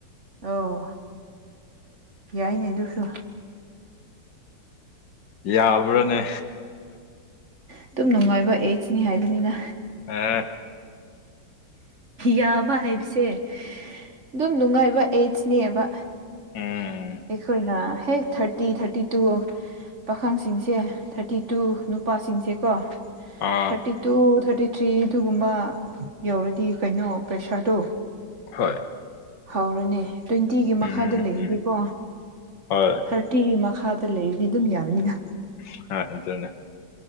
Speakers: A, on the right (about 40°); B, on the left (about 65°).
A: ꯑꯣ ꯌꯥꯏꯅꯦ ꯑꯗꯨꯁꯨ
B: ꯌꯥꯕ꯭ꯔꯥꯅꯦ
A: ꯑꯗꯨꯝ ꯅꯨꯡꯉꯥꯏꯕ ꯑꯦꯁꯅꯤ ꯍꯥꯏꯕꯅꯤꯗ
B: ꯑꯥ
A: ꯌꯥꯕ ꯍꯥꯏꯕꯁꯦ ꯑꯗꯨꯝ ꯅꯨꯡꯉꯥꯏꯕ ꯑꯩꯠꯁ ꯅ‌ꯦꯕ
B: ꯎꯝ
A: ꯑꯩꯈꯣꯏꯅ ꯍꯦꯛ ꯊꯥꯔꯇꯤ ꯊꯥꯔꯇꯤ ꯇꯨ ꯄꯥꯈꯪꯁꯤꯡꯁꯦ ꯊꯥꯔꯇꯤ ꯇꯨ ꯅꯨꯄꯥꯁꯤꯡꯁꯦꯀꯣ
B: ꯑꯥ
A: ꯊꯥꯔꯇꯤ ꯇꯨ ꯊꯥꯔꯇꯤ ꯊ꯭ꯔꯤ ꯑꯗꯨꯒꯨꯝꯕ ꯌꯧꯔꯗꯤ ꯀꯩꯅꯣ ꯄ꯭ꯔꯦꯁꯔꯗꯣ
B: ꯍꯣꯏ
A: ꯍꯧꯔꯅꯤ ꯇ꯭ꯋꯦꯟꯇꯤꯒꯤ
B: ꯎꯝ
A: ꯃꯈꯥꯗ ꯂꯩꯔꯗꯤꯀꯣ
B: ꯎꯝ ꯍꯣꯏ
A: ꯊꯥꯔꯇꯤꯒꯤ ꯃꯈꯥꯗ ꯂꯩꯔꯤꯗꯤ ꯑꯗꯨꯝ ꯌꯥꯔꯅꯤꯗ
B: <unintelligible>